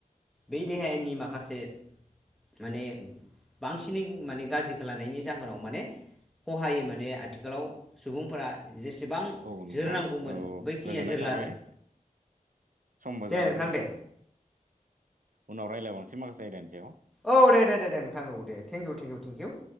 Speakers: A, in the centre; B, on the right.
A: बै देहानि माखासे माने बांसिनै माने गाज्रिखौ लानायनि जाहोनाव माने खहायै माने आथिखालाव सुबुंफोरा जेसेबां
B: औ नोंथां
A: जोरनांगौमोन
B: औ
A: बैखिनिया
B: गोजोननाय
A: जोरला
B: थाबाय
A: आरो।
B: समबो
A: दे
B: जाबाय
A: नोंथां
B: जोंना
A: दे
B: उनाव रायलायबावनोसै माखासे आयदानि सायाव
A: औ दे दे दे दे नोंथां औ दे thank you thank you thank U.